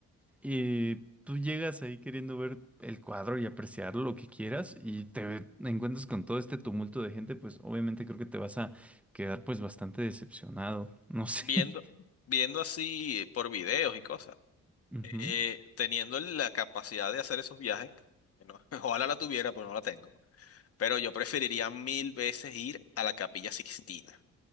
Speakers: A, in the centre; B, on the left.
A: y tú llegas ahí queriendo ver el cuadro y apreciar lo que quieras y te encuentras con todo este tumulto de gente, pues obviamente creo que te vas a quedar pues bastante decepcionado. No sé.
B: Viendo, viendo así por videos y cosas,
A: <laughs> Ujú.
B: eh, teniendo la capacidad de hacer esos viajes, que no- <laughs> ojalá la tuviera, pero no la tengo. Pero yo preferiría mil veces ir a la Capilla Sixtina,